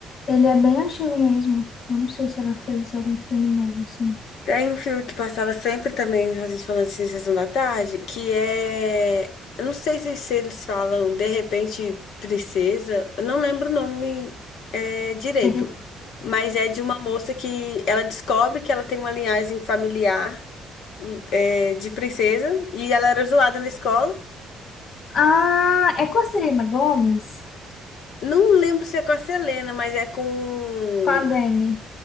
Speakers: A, on the left (about 45°); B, on the left (about 70°).
A: Ele é bem antigo mesmo. Eu não sei se ela fez algum filme novo, assim.
B: Tem um filme que passava sempre também, a gente falando assim, Sessão da Tarde, que é. Eu não sei se, se eles falam De Repente Princesa, eu não lembro o nome é, direito,
A: De rep-
B: mas é de uma moça que ela descobre que ela tem uma linhagem familiar é, de princesa e ela era zoada na escola.
A: Ah, é com a Selena Gomes?
B: Não lembro se é com a Selena, mas é com.
A: Com a Demi.